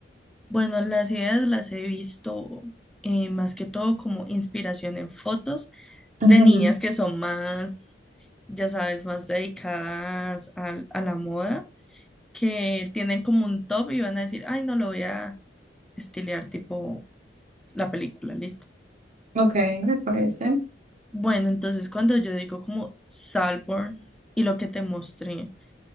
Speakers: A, in the centre; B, on the right (about 40°).
A: Bueno, las ideas las he visto eh, más que todo como inspiración en fotos
B: Ujú.
A: de niñas que son más, ya sabes, más dedicadas al- a, la moda, que tienen como un top y van a decir, ay, no lo voy a estilear tipo la película, listo.
B: Ok, me parece.
A: Bueno, entonces cuando yo digo como Salborn y lo que te mostré,